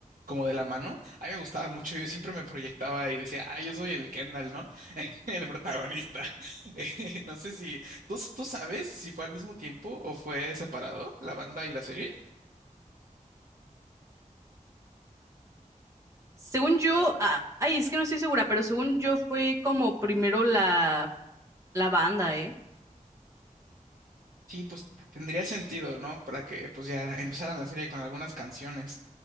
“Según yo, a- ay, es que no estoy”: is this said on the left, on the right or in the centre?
Right